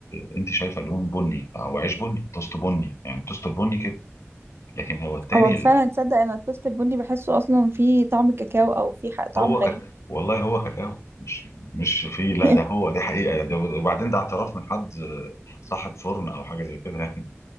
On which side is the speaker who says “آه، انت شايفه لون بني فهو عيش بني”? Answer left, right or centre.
Left